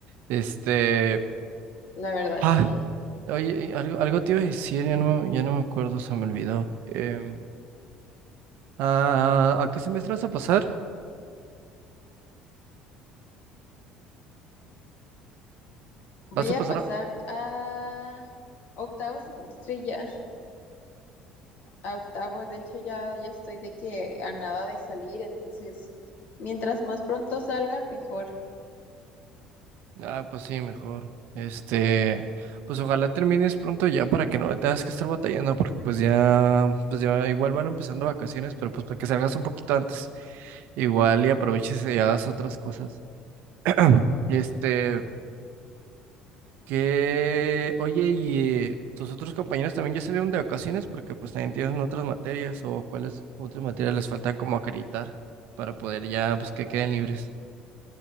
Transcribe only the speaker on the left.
la verdad
sí.
Voy
a
pasar a octavo semestre ya. a octavos. De hecho, ya, ya estoy de que a nada de salir, entonces, mientras más pronto salga, mejor.